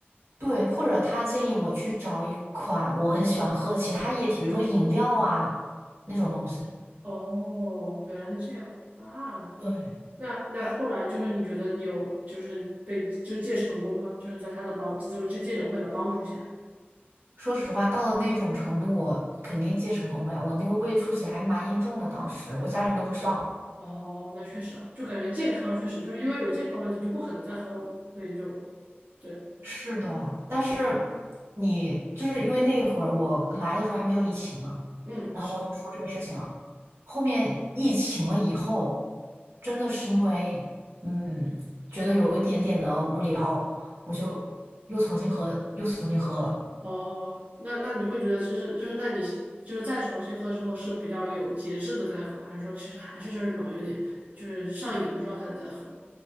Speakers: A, on the right (about 80°); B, on the right (about 40°).
A: 对，或者他建议我去找一款我很喜欢喝的其他液体，比如说饮料啊那种东西。
B: 哦，原来是这样啊！
A: 对，
B: 那那后来就是你觉得你有就是被就戒成功吗？
A: 还
B: 就是在他的帮这个戒戒酒会的帮助下。
A: 说实话，到了那种程度，我肯定戒成功了呀。我那个胃出血还蛮严重的，当时我家人都不知道。
B: 哦，那确实啊，就感觉健康确实就是因为有健康问题就不可能再喝了嘛，所以就对，
A: 是的，但是你就是因为那一会儿我来的时候还没有疫情嘛，
B: 嗯，
A: 然后我就说这个事情了。
B: 是
A: 后面疫情了以后，真的是因为嗯，觉得有一点点的无聊，我就又重新喝，又重新喝了。
B: 哦，那那你会觉得就是就是，那你就是再重新喝之后是比较有节制的在喝，还是说其实还是就是那种有点就是上瘾的状态的在喝？